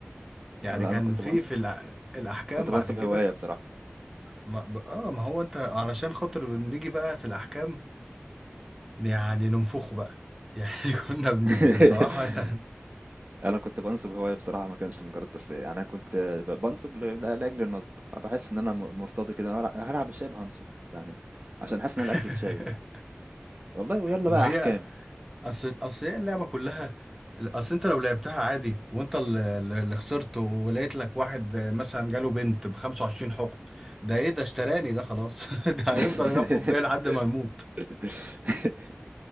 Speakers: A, in the centre; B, on the right.
A: يعني
B: لا
A: كان
B: انا كنت
A: في
B: بنصب
A: في الأ- الاحكام
B: كنت
A: بعد
B: بنصب
A: كده
B: هوايه بصراحه
A: ما ب- اه ما هو انت علشان خاطر بنيجي بقى في الاحكام يعني ننفخه بقى يعني <laughs> كنا بن...
B: <laughs>
A: بصراحة يعني
B: انا كنت بنصب هوايه بصراحه ما كانش مجرد تسليه يعني انا كنت ب- بنصب ل... ل- لاجل النصب بحس ان انا م- مرتضي كده هلع- هلعب الشايب هنصب يعني عشان حاسس
A: <laughs>
B: ان انا لعبت الشايب يعني والله ويلا
A: ما
B: بقى
A: هي
B: احكام
A: اصل اصل هي اللعبة كلها اصل انت لو لعبتها عادي وانت اللي اللي خسرت ولقيت لك واحد مثلا جاله بنت ب 25 حكم ده ايه ده اشتراني ده خلاص <laughs> ده
B: <laughs>
A: هيفضل يحكم فيا لحد ما الموت
B: <laughs>